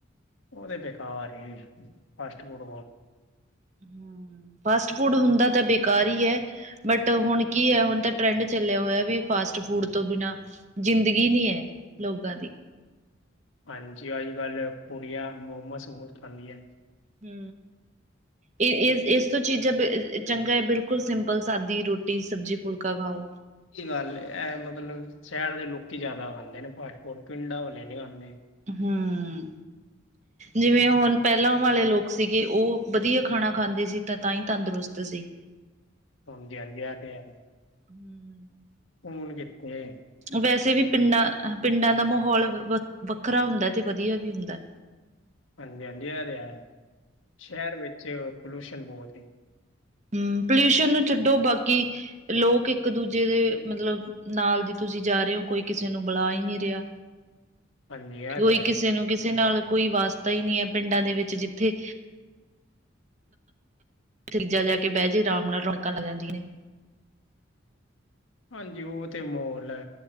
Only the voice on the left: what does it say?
ਉਹ ਤੇ ਬੇਕਾਰ ਏ‌‌ ਫਾਸਟ ਫੂਡ
ਹਾਂਜੀ। ਅੱਜਕੱਲ ਕੂੜੀਆਂ ਮੋਮੋਸ ਬੋਤ ਖਾਂਦੀਆਂ
ਸਚੀ ਗੱਲ ਏ ਮਤਲਬ ਸ਼ਹਿਰ ਦੇ ਲੋਕੀ ਜੈ਼ਦਾ ਖਾਂਦੇ ਨੇ ਫਾਸਟ ਫੂਡ ਪਿੰਡਾਂ ਵਾਲੇ ਨਈ ਖਾਂਦੇ।
ਹਾਂਜੀ-ਹਾਂਜੀ, ਐ ਤੇ ਹੈ।
ਹੁਨ ਕੀਥੇ।
ਹਾਂਜੀ, ਹਾਂਜੀ ਏ ਤੇ ਐ, ਸ਼ੈਰ ਵੇਚ ਪੋਲਊਸ਼ਨ ਬੋਤ ਏ‌।
ਹਾਂਜੀ ਇਹ
ਤੇ ਹੈ
ਹਾਂਜੀ। ਓ ਤੇ ਮੋਲ ਐ